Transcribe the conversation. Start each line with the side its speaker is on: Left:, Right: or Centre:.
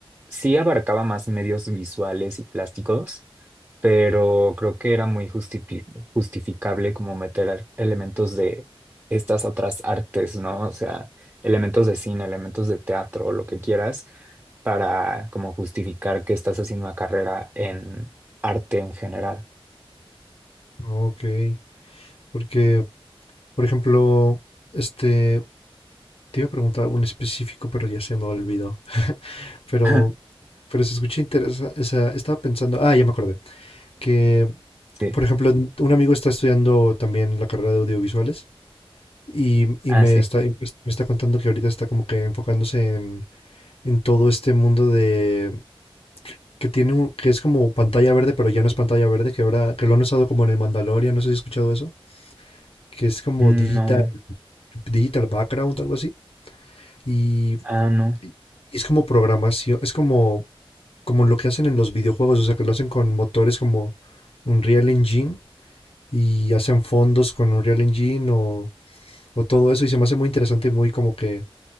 Right: sí abarcaba más medios visuales y plásticos, pero creo que era muy justifi- justificable como meter ar- elementos de estas otras artes, ¿no? O sea, elementos de cine, elementos de teatro, lo que quieras, para como justificar que estás haciendo una carrera en arte en general.
Left: ok. Porque, por ejemplo, este, te iba a preguntar un específico, pero ya se me olvidó. <laughs> Pero,
Right: <laughs>
Left: pero se escucha interesante. O sea, estaba pensando, ah, ya me acordé, que,
Right: Sí.
Left: por ejemplo, un amigo está estudiando también la carrera de audiovisuales Y,
Right: Ah,
Left: y me
Right: sí.
Left: está, y pues, me está contando que ahorita está como que enfocándose en, en todo este mundo de que tiene un- que es como pantalla verde, pero ya no es pantalla verde, que ahora que lo han usado como en el Mandalorian, no sé si has escuchado eso, que es como
Right: Mm,
Left: digital
Right: No.
Left: digital background, algo así. Y,
Right: Ah, no.
Left: y es como programación, es como como lo que hacen en los videojuegos, o sea, que lo hacen con motores como Unreal Engine y hacen fondos con Unreal Engine o o todo eso y se me hace muy interesante y muy como que